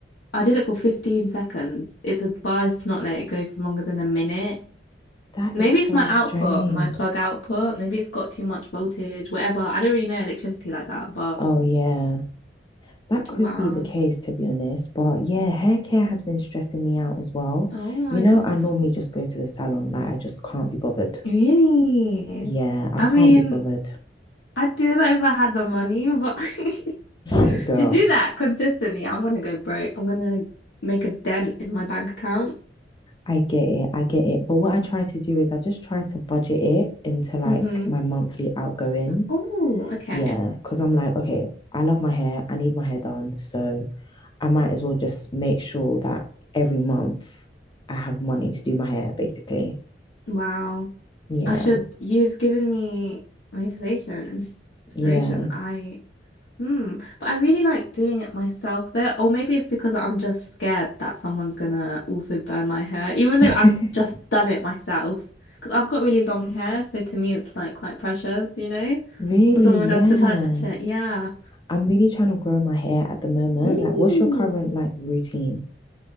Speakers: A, on the left; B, on the left.
A: I did it for 15 seconds. It's advised to not let it go for longer than a minute.
B: That
A: Maybe
B: is so
A: it's my output,
B: strange.
A: my plug output. Maybe it's got too much voltage, whatever. I don't really know electricity like that, but
B: Oh yeah. That could
A: wow.
B: be the case, to be honest. But yeah, hair care has been stressing me out as well.
A: Oh my
B: You know,
A: God.
B: I normally just go to the salon. Like, I just can't be bothered.
A: Really?
B: Yeah, I
A: I
B: can't
A: mean,
B: be bothered.
A: I'd do that if I had the money, but <laughs>
B: <laughs> Girl,
A: To do that consistently, I'm gonna go broke. I'm gonna make a dent in my bank account.
B: I get it. I get it. But what I try to do is I just try to budget it into like
A: Mm-hmm.
B: my monthly outgoings.
A: Oh, okay.
B: Yeah, because I'm like, okay, I love my hair. I need my hair done. So I might as well just make sure that every month I have money to do my hair, basically.
A: Wow.
B: Yeah,
A: I should, you've given me motivation, and inspiration.
B: yeah.
A: I, hmm. But I really like doing it myself though. Or maybe it's because I'm just scared that someone's gonna also burn my hair, even though
B: <laughs>
A: I've just done it myself. Because I've got really long hair, so to me it's like quite precious, you know,
B: Really,
A: for someone else
B: yeah.
A: to touch it. Yeah.
B: I'm really trying to grow my hair at the moment.
A: Really?
B: Like, what's your current like routine?